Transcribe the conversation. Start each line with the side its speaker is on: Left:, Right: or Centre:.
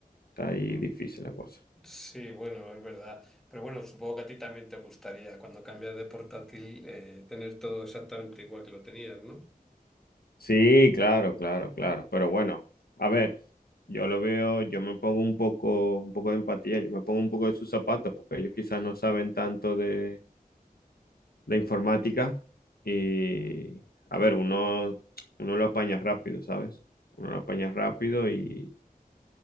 Left: Está ahí difícil la cosa.
Centre: sí, bueno, es verdad. Pero bueno, supongo que a ti también te gustaría cuando cambias de portátil eh, tener todo exactamente igual que lo tenías, ¿no?
Left: Sí, claro, claro, claro. Pero bueno, a ver, yo lo veo, yo me pongo un poco, un poco de empatía, yo me pongo un poco de sus zapatos, porque ellos quizás no saben tanto de, la informática y, a ver, uno, uno lo apaña rápido, ¿sabes? Uno lo apaña rápido y,